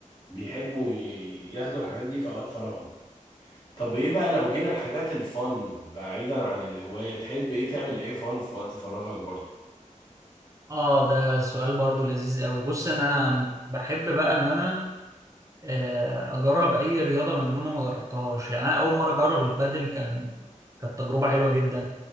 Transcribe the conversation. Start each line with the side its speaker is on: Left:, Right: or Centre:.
Left: بيحبوا ي- ي- ياخدوا الحاجات دي في اوقات فراغهم طب ايه بقى لو جينا الحاجات الفن بعيدا عن الهواية تحب ايه تعمل ايه فن في وقت فراغك برضو
Right: اه ده سؤال برضو لذيذ قوي بص انا بحب بقى ان انا آه، اجرب اي رياضه مجنونه ما جربتهاش يعني انا اول مره اجرب البادل كان كانت تجربه حلوه جدا